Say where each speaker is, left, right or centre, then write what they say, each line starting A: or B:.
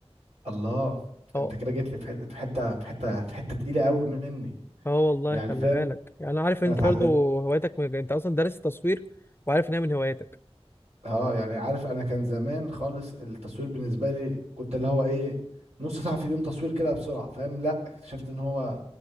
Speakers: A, on the right; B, on the left.
A: الله
B: اه
A: انت كده جيت لي في حته في حته في حته في حته تقيله قوي مني
B: اه والله
A: يعني
B: خلي
A: فاهم
B: بالك يعني انا عارف
A: انا
B: ان انت
A: اتعلمت
B: برضو هوايتك انت اصلا دارس التصوير وعارف ان هي من هواياتك
A: اه يعني عارف انا كان زمان خالص التصوير بالنسبه لي كنت اللي هو ايه نص ساعه في اليوم تصوير كده بسرعه فاهم لا اكتشفت ان هو